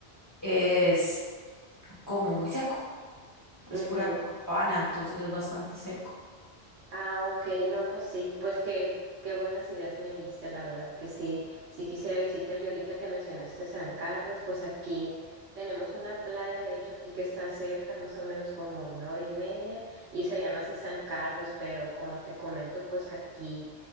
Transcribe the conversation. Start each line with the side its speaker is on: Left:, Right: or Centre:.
Left: es como muy seco,
Right: ujú.
Left: es pura como sabana, entonces es bastante seco.
Right: Ah, ok, no, pues sí, pues qué, qué buenas ideas me diste, la verdad que sí, sí quisiera visitar. Y ahorita que mencionaste San Carlos, pues aquí tenemos una playa, de hecho aquí que está cerca, más o menos como una hora y media, y se llama así San Carlos, pero como te comento, pues aquí